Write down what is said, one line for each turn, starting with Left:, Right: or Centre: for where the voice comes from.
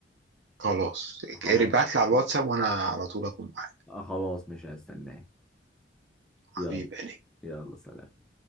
Right: خلاص
Centre: خلاص
Right: ابعت لي على الواتساب وانا على طول اكون معاك
Centre: خلاص مش هستناه
Right: حبيبي
Centre: يلا
Right: يعني
Centre: يلا سلام